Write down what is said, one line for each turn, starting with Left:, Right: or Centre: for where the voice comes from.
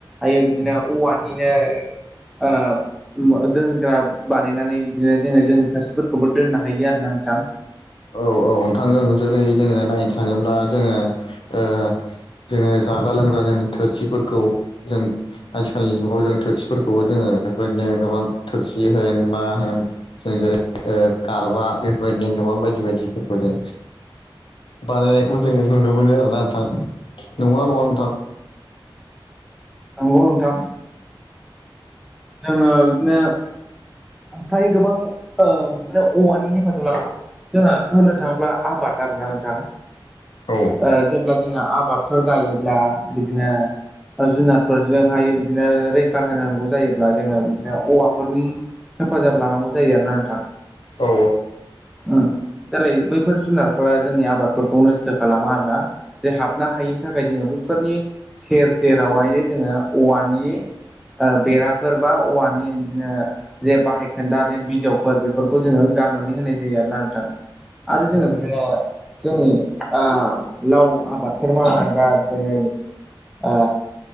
Centre: आयो बिदिनो औवानिनो ओ दोनग्रा बानायनानै बिदिनो जोङो जोंनि थोरसिफोरखौबो दोननो हायो आरोना नोंथां
Left: औ औ औ नोंथांजों जेरै- जोङो नायनो थाङोब्ला जोङो ओ जोङो जाग्रा-लोंग्रा जोङो थोरसिफोरखौ जों आजिखालिनि जुगाव जों थोरसिफोरखौबो जोङो बेफोरदिनो गोबां थोरसि होन मा होन जों जेरै- ओ गारबा बेफोरबायदिनो गोबां बायदि बायदिफोरखौ जों बानायनायखौ जोङो नुनो मोनो आरोना नोंथां। नोंगौ ना नङा नोंथां?
Centre: नंगौ नोंथां। जोङो बिदिनो ओमफ्राय गोबां ओ बिदिनो औवानि हेफाजाब लाना जोंहा होननो थाङोब्ला आबाद आरोना नोंथां
Left: औ
Centre: ओ जेब्ला जोङो आबादफोर गायोब्ला बिदिनो जुनारफोरजोंहाय बिदिनो रैखा होनांगौ जायोब्ला जोङो बिदिनो औवाफोरनि हेफाजाब लानांगौ जायो आरो ना नोंथां।
Left: औ
Centre: उम। जेरै बैफोर जुनारफोरा जोंनि आबादफोरखौ नस्थ' खालामा आरोना। जे हाबनो हायिनि थाखाय जोङो बैफोरनि सेर सेरावहाय जोङो औवानि ओ बेराफोर बा औवानि बिदिनो जे बाहाय खोन्दा बे बिजौफोर बेफोरखौ जोङो गारनानै होनाय जायो आरोना नोंथां। आरो जोङो बिदिनो जोंनि ओ लाव आबादफोर मावनाय बा बिदिनो ओ।